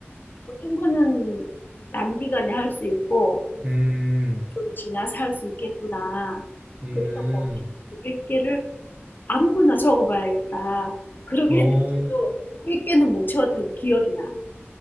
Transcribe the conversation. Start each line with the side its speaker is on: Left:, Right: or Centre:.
Left: 어떤 거는 단기간에 할 수 있고
Right: 음.
Left: 좀 지나서 할 수 있겠구나.
Right: 음.
Left: 그래서 거기 100개를 아무거나 적어봐야겠다. 그러게
Right: 어.
Left: 했는데도 100개는 못 채웠던 기억이 나.